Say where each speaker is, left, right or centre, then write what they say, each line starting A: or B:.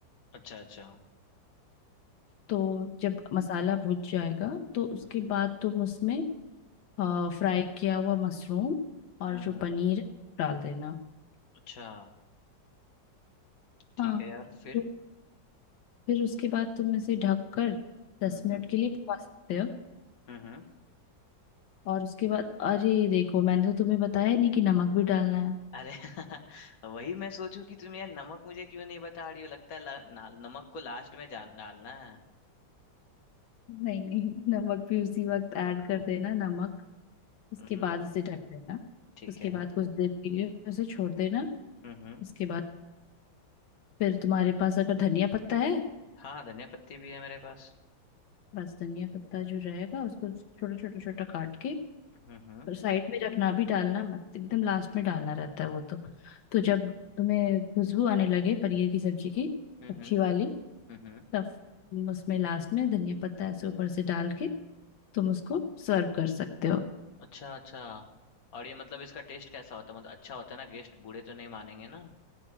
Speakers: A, on the left; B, on the left.
A: अच्छा अच्छा हम्म
B: तो जब मसाला भुन जाएगा तो उसके
A: हम्म
B: बाद तुम उसमें आ, फ्राई किया हुआ मशरूम और
A: हम्म,
B: जो
A: हम्म।
B: पनीर है वो डाल देना
A: अच्छा ठीक
B: हाँ
A: है यार फिर
B: फिर फिर उसके बाद तुम इसे ढक कर दस
A: हम्म हम्म
B: मिनट के लिए पका सकते हो
A: हम्म हम्म।
B: और उसके बाद अरे देखो मैंने तो तुम्हें बताया ही नहीं कि नमक भी डालना है
A: अरे <laughs> वही मैं सोचूं कि तुम यार नमक मुझे क्यों नहीं बता रही हो लगता है ला, ना, नमक को लास्ट में जान डालना है
B: नहीं नहीं नमक भी उसी वक्त ऐड कर देना नमक उसके
A: हम्म हम्म
B: बाद उसे ढक देना
A: ठीक
B: उसके
A: है
B: बाद कुछ देर के लिए उसे छोड़ देना
A: हम्म हम्म
B: उसके बाद फिर तुम्हारे पास अगर धनिया पत्ता है
A: हाँ धनिया पत्ती भी है मेरे पास
B: बस धनिया पत्ता जो रहेगा उसको छोटा छोटा छोटा काट के
A: हम्म हम्म
B: और साइड में रखना भी डालना मत एकदम लास्ट में डालना रहता है वो तो तो जब तुम्हें खुशबू आने लगे पनीर की सब्जी की
A: हम्म
B: अच्छी
A: हम्म
B: वाली
A: हम्म।
B: तब उसमें लास्ट में धनिया पत्ता ऐसे ऊपर से डाल के तुम उसको सर्व कर सकते हो
A: अच्छा अच्छा और ये मतलब इसका टेस्ट कैसा होता है मतलब अच्छा होता है ना गेस्ट बूढ़े तो नहीं मानेंगे ना